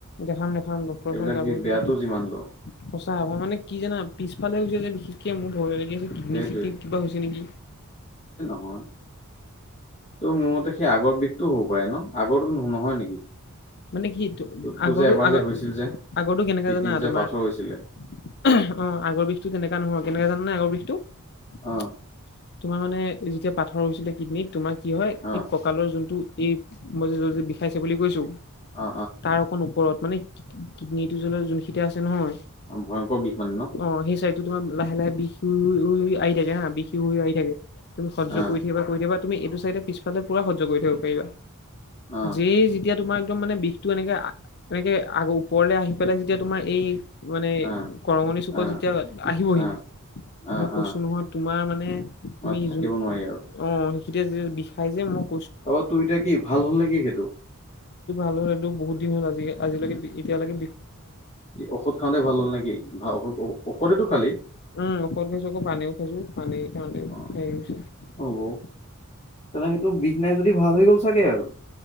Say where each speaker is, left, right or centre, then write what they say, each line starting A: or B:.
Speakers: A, on the left; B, on the left.
A: দেখাম দেখাম, ডক্টৰৰ
B: এইবিলাক
A: ওচৰলে যাবই
B: বিষ বেয়াটো
A: লাগিব।
B: যিমান হ'লেও
A: সঁচা ভাই মানে কি জানা, পিছফালে হৈছে যে বিশেষকে মোৰ ভয় লাগি আছে। কিডনী
B: সেইটোৱে
A: চিডনীত কিবা হৈছে নেকি?
B: তোৰ মোৰ মতে সেই আগৰ বিষতটো হ'ব পাৰে ন, আগৰটো নহয় নেকি?
A: মানে কিটো?
B: তোৰ
A: আগৰটো
B: যে এবাৰ
A: আগ
B: যে হৈছিল যে
A: আগৰটো কেনেকা
B: কিডনীত
A: জানা
B: যে
A: তোমাৰ
B: পাথৰ
A: অ',
B: হৈছিলে
A: আগৰ বিষতো তেনেকা নহয়। কেনেকা জানানে আগৰ বিষটো,
B: অ
A: তোমাৰ মানে যেতিয়া পাথৰ হৈছিলে কিডনিত তোমাক কি হয়,
B: অ
A: এই কঁকালৰ যোনটো এই মই যে য'ত যে বিষাইছে বুলি কৈছোঁ।
B: অ
A: তাৰ অকণ ওপৰত, মানে কিডনীটো যোনখিনিতে আছে নহয়।
B: ভয়ংকৰ বিষ মানে ন?
A: অ সেই চাইডটো তোমাৰ লাহে লাহে বিষ হৈ হৈ আহি থাকে হা, বিষ হৈ আহি থাকে। তুমি সজ্য
B: অ
A: কৰি থাকিবা, কৰি থাকিবা তুমি এইটো চাইডে পিছফালে পুৰা সহ্য কৰি থাকিব পাৰিবা।
B: অ
A: যেই যেতিয়া তোমাক একদম মানে বিষতটো এনেকে, এনেকে আগ ওপৰলে আহি পেলাই যেতিয়া তোমাৰ এই মানে
B: অ
A: কৰঙণি চুকত
B: অ
A: যেতিয়া আহিবহি।
B: অ অ
A: মই কৈছোঁ
B: অ
A: নহয় তোমাৰ মানে,
B: মানে
A: তুমি
B: থাকিব নোৱাৰি
A: অহ। তেতিয়া যেতিয়া বিষাই যে মোক
B: অহ, তোৰ এতিয়া কি ভাল হ'ল নেকি সেইটো।
A: হ'লেটো বহুত দিন হ'ল আজি আজিলৈ এতিলৈকে
B: ঔষধ খাওঁতে ভাল হ'ল নেকি ভা ঔষধ ঔষধেটো খালি।
A: উম, ঔষধো খোজো, পানীও খোজো পানী। <unintelligible>
B: অ হ'ব তেনে, সেইটো বিদ নাই যদি ভাল হৈ গ'ল চাগে আৰু?